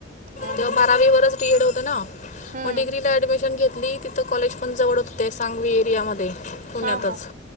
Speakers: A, on the right; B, on the left.
A: हं,
B: तेव्हा
A: हं.
B: बारावीवरच डी एड होतं ना.
A: हं.
B: म डिग्रीला ॲडमिशन घेतली तिथं कॉलेज पण जवळ होते सांगवी एरियामध्ये. पुण्यातच
A: हां, हां.